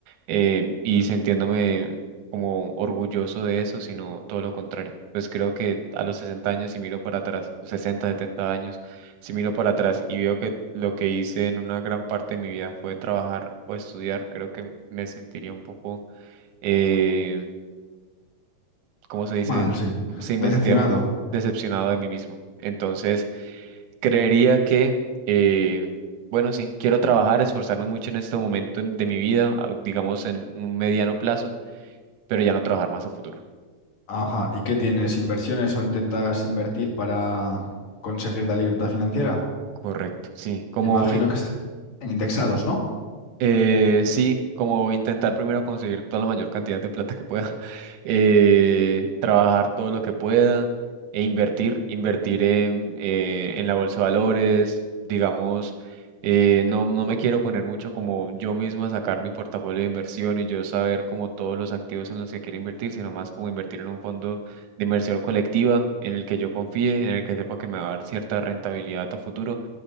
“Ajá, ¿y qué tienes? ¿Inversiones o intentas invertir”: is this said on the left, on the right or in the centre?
Left